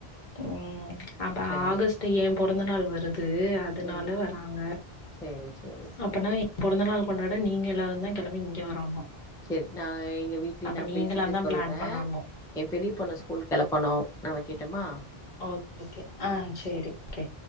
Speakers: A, on the left; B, in the centre.
A: ம் அப்ப
B: சரி
A: ஆகஸ்ட் யா பொறந்த நாள் வருது அதனால
B: ம்
A: வராங்க
B: சரி சரி
A: அப்பனா பொறந்த நாள் கொண்டாட நீங்க எல்லாரு தா கெளம்பி இங்க வரணு
B: சேரி நா எங்க வீட்லயும்
A: அப்ப
B: நா
A: நீங்களா
B: பேசிட்டு
A: தா
B: சொல்றேன்
A: பிளான் பண்ணணு
B: என் பெரிய பொண்ண ஸ்கூல் கிளப்பனும் நா வைக் கட்டமா
A: ஓகே ஆ செரி ஓகே